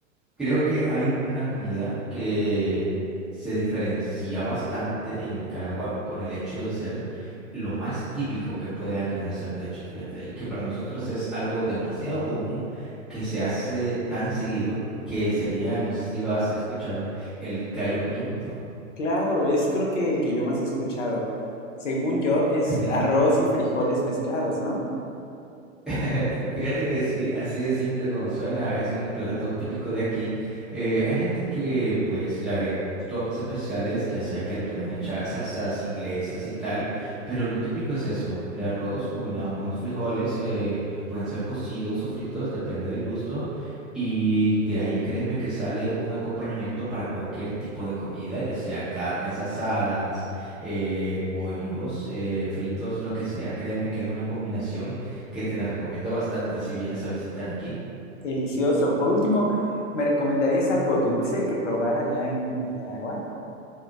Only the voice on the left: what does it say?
Claro, es creo que el que yo más he escuchado. Según yo es
arroz y frijoles mezclados, ¿no?
Delicioso. Por último, ¿me recomendarías algo dulce que probara allá en Nicaragua?